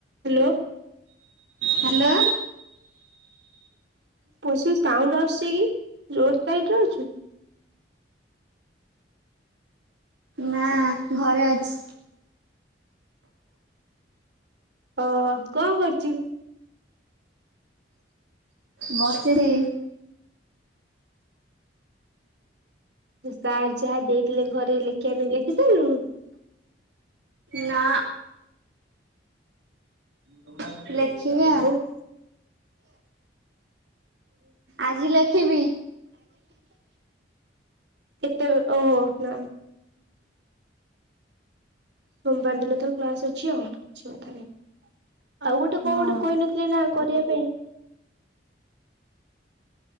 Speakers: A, on the right (about 70°); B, on the right (about 85°).
A: Hello.
B: Hello.
A: ଶି sound ଆସୁଚି କି ରୋଡ ସାଇଡରେ ଅଛୁ?
B: ନା ଘରେ ଅଛି।
A: ଓହୋ କଣ କରୁଚୁ?
B: ବସିଚି।
A: <unintelligible> ଯାହା ଦେଇଥିଲେ ଘରେ ଲେଖିବା ପାଇଁ ଲେଖି ସାରିଲୁୁ ନା?
B: ନା <inaudible> ଲେଖିବି।
A: ଆଉ
B: ଆଜି ଲେଖିବି।
A: କେତେ ଓହୋ ନା। ସୋମବାର ଦିନ ତ କ୍ଲାସ ଅଛି ଆଉ। କିଛି କଥା ନ ଆଉ ଗୋଟେ
B: ହଁ
A: କଉ ଗୋଟେ କହିନଥିଲେ ନା କରିବା ପାଇଁ?